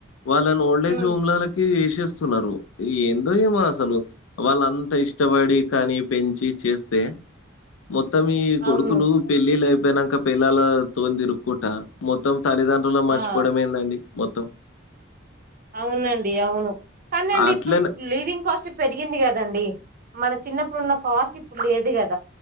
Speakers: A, on the left; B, on the right.
A: వాళ్ళని ఓల్డేజ్
B: ఉ
A: హోమ్ కి వేసేస్తున్నారు ఏందో ఏమో అసలు వాళ్ళంతా ఇష్టపడి కానీ పెంచి చేస్తే మొత్తం ఈ
B: అవును
A: కొడుకులు పెళ్ళిళ్ళ పోనాక పిల్లల తో తిరుకుంటా మొత్తం తల్లిదండ్రులు మర్చిపోవడం
B: ఆ
A: ఏందండి మొత్తం
B: అవునండి అవును కానీండి
A: అట్లనే
B: ఇప్పుడు లివింగ్ కాస్ట్ పెరిగింది కదండి మన చిన్నప్పుడు ఉన్న కాస్ట్ స్ట్ ఇప్పుడు లేదు కద్